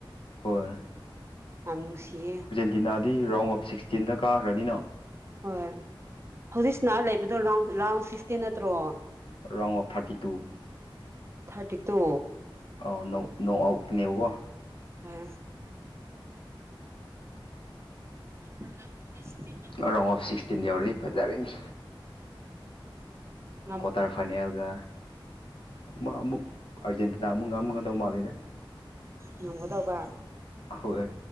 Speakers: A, on the left; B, on the right.
A: ꯍꯣꯏ
B: ꯌꯥꯝ ꯅꯨꯡꯁꯤꯌꯦ
A: ꯇꯤꯅꯥꯗꯤ ꯔꯥꯎꯟ ꯑꯣꯐ ꯁꯤꯛꯁꯇꯤꯟꯗ ꯀꯥꯒ꯭ꯔꯅꯤꯅꯣ
B: ꯍꯣꯏ ꯍꯧꯖꯤꯛ <unintelligible> ꯂꯩꯕꯗꯣ ꯔꯥꯎꯟ ꯔꯥꯎꯟ ꯁꯤꯛꯁꯇꯤꯟ ꯅꯠꯇ꯭ꯔꯣ
A: round of thirty two
B: thirty two
A: ꯑꯣ ꯅꯣꯛ ꯅꯣꯛ ꯑꯥꯎꯠꯅꯦꯕꯀꯣ
B: ꯍꯣꯏ ꯄ꯭ꯔꯣꯒ꯭ꯔꯥꯝ ꯂꯣꯏꯅ <unintelligible>
A: <unintelligible> ꯑꯣꯐ ꯁꯤꯛꯁꯇꯤꯟ ꯌꯧꯔꯗꯤ ꯐꯖꯔꯅꯤ
B: ꯎꯝ
A: ꯀ꯭ꯋꯥꯇꯔ ꯐꯥꯏꯅꯦꯜꯒ ꯑꯃ ꯑꯃꯨꯛ ꯑꯥꯔꯖꯦꯟꯇꯤꯅꯥ ꯑꯃꯨꯛ ꯉꯝꯒꯗꯧ ꯃꯥꯜꯂꯤꯗ
B: ꯉꯝꯒꯗꯧꯕ
A: ꯍꯣꯏ